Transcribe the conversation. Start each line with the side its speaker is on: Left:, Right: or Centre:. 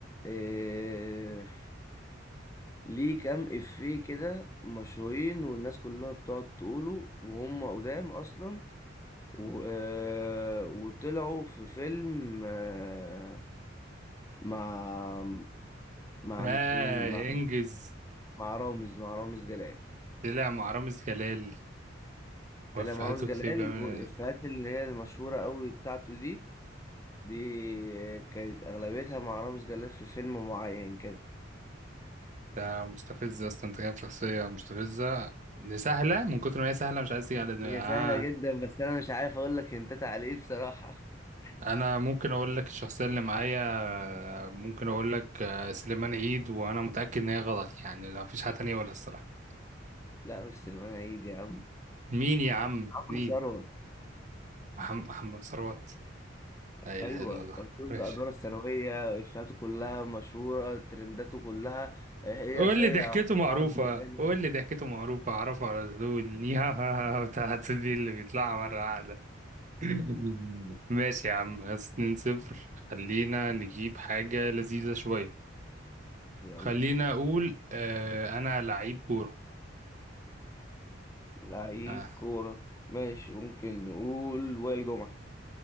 Left: إيه ليه كام افيه كده مشهورين والناس كلها بتقعد تقوله وهم قدام اصلا و... آه، وطلعوا في فيلم آه، مع مع
Right: اه
Left: مين مع
Right: انجز
Left: مع رامز مع رامز جلال
Right: طلع مع رامز جلال وفهاته
Left: طلع مع رامز جلال
Right: كتير بيعمل
Left: والإفيهات اللي هي المشهورة قوي بتاعته دي دي كانت أغلبيتها مع رامز جلال في فيلم معين كده
Right: ده مستفز اصلا انت جايب شخصيه مستفزه دي سهله من كتر ما هي سهله مش عايز تيجي على دماغي
Left: هي
Right: آه.
Left: سهلة جدا بس أنا مش عارف أقول لك هنتات على إيه بصراحة <laughs>
Right: انا ممكن اقول لك الشخصيه اللي معايا آه، ممكن اقول لك آه، سليمان عيد وانا متاكد ان هي غلط يعني لا مفيش حاجه تانية اقولها الصراحه
Left: لا مش سليمان عيد يا عم
Right: مين يا عم
Left: محمد
Right: مين
Left: ثروت
Right: محم- محمد ثروت لا اله
Left: أيوة
Right: الا الله
Left: مشهور
Right: ماشي
Left: بأدواره الثانوية إفيهاته كلها مشهورة ترنداته كلها هي
Right: قول
Left: صية
Right: لي ضحكته
Left: وحرف
Right: معروفة
Left: <laughs> بقنا
Right: قول لي ضحكته معروفة أعرفه على طول <laughs> نيها ها ها بتاعت دي اللي بيطلعها مرة واحدة <laughs> ماشي يا عم بس 2 صفر خلينا نجيب حاجة لذيذة شوية
Left: يلا
Right: خلينا أقول آه أنا لعيب كورة
Left: لعيب
Right: آه.
Left: كورة ماشي ممكن نقول وائل جمعة